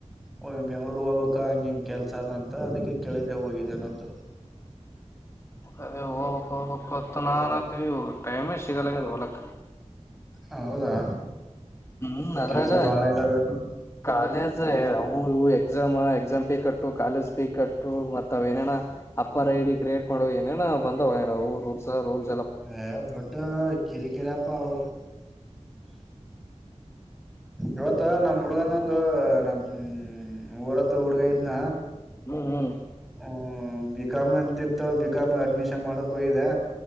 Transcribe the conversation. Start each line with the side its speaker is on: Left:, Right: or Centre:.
Centre: ಓ ಬೆಂಗಳೂರ್ ಹೋಗಬೇಕ ಹಂಗ ಇಂಗ ಕೆಲ್ಸ ಅದಂತ ಅದಕ್ಕೆ ಕೇಳಿದೆೆ ಹೋಗಿದ್ದೇನಂತ.
Left: ಅದೇ ಹೋಗಬೇಕ ಹೋಗಬೇಕ ಅಂತ ನಾನ ಅಂತೀನಿ ಟೈಮೇ ಸಿಗಲ್ಲ ಆಗ್ಯದ ಹೋಲಕ್ಕ.
Centre: ಹೌದಾ.
Left: ಹ್ಮ್ ಅದ್ರಾಗ
Centre: ಕೆಲ್ಸ ಬಾಳ ಇದಾವೇನು
Left: ಕಾಲೇಜ ಹವು ಇವು. ಎಕ್ಸಾಮ್ ಎಕ್ಸಾಮ ಪೀ ಕಟ್ಟು ಕಾಲೇಜ. ಪೀ ಕಟ್ಟು ಮತ್ತ ಅವ ಏನೇನ ಅಪ್ಪರ್ ಐಡಿ ಕ್ರಿಯೇಟ್ ಮಾಡೋ ಏನನಾ ಬಂದವ ರೂಲ್ಸ್ ರೂಲ್.
Centre: ಏ ದೊಡ್ಡ ಕಿರಿ ಕಿರಿ ಅಪಾ ಆವ. ಇವತ್ತ ನಮ್ ಹುಡ್ಗನೊಂದು ನಮ್ ಹ ಊರತ್ ಹುಡ್ಗ ಇದ್ನ.
Left: ಹ್ಮ್ ಹ್ಮ್
Centre: ಹ್ಮ ಬಿಕಾಮ್ ಎಂತಿತ್ತು ಬಿಕಾಮ್ ಅಡ್ಮಿಷನ್ ಮಾಡಕ್ ಹೋಗಿದೆ.